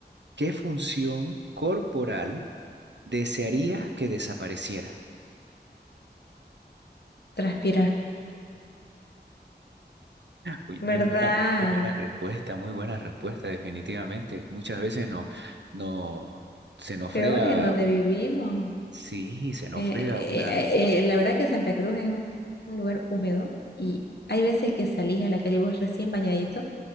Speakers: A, on the right; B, on the left.
A: qué función corporal desearías que desapareciera?
B: Transpirar.
A: Uy,
B: ¿Verdad?
A: muy buena, muy buena respuesta, muy buena respuesta, definitivamente. Muchas veces no, no, se nos
B: Peor
A: frega,
B: en donde vivimos.
A: sí, se nos
B: Eh,
A: frega
B: eh,
A: una.
B: eh, la verdad que Santa Cruz es un, un lugar húmedo y hay veces que salís a la calle vos recién bañadito